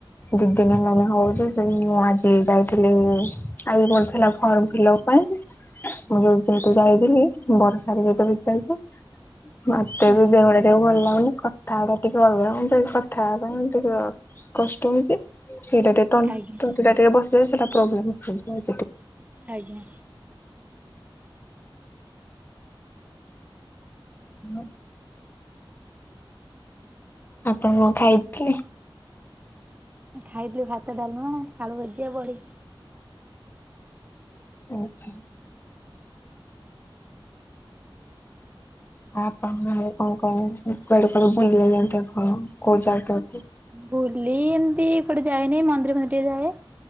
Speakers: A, on the left; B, on the right.
A: ଦି ଦିନ ମାନ ହଉଛି ମୁଁ ଆଜି ଯାଇଥିଲି ଯାଇଥିଲା ଆଇ ମିଳୁଥିଲା ଫର୍ମ ଫିଲିପ୍ ପାଇଁ। ମୁଁ ଯୋଉ ଯେହେତୁ ଯାଇଥିଲି ବର୍ଷା ରେ ଭିଯାଉଛି। ତେବେ
B: ଆଜ୍ଞା
A: ଦେହଗୁଡ଼ ଟିକେ ଭଲ ଲାଗୁନି। ଥାଉଡା ଟିକେଅଲଗା ମୋତେ କଥା ହେବା ପାଇଁ ଟିକେ କଷ୍ଟ ହଉଛି। ସେଇଟା ଟିକେ <unintelligible>
B: ଆଜ୍ଞା
A: ତଣ୍ଟିଟା ଟିକେ ବସି ଯାଇଛି, ସେଇଟା ପ୍ରୋବ୍ଲେମ ଦେଖୋଇଛି
B: ଆଜ୍ଞା।
A: ହୁଁ ଆପଣ କଣ ଖାଇଥିଲେ?
B: ଖାଇଥିଲୁ ଭାତ, ଡାଲମା, ଆଳୁ ଭଜା, ଵଡି।
A: ଆଛା। ଆପଣ <unintelligible> କଣ କଣ କୁଆଡେ କୁଆଡେ ବୁଲି ଯାଇଚନ୍ତି ଆପଣ କୋଉ ଜାଗ?
B: ବୁଲି ଏମିତି କୁଆଡେ ଯାଏନି, ମନ୍ଦିର ଫନ୍ଦିର ଟିକେ ଯାଏ।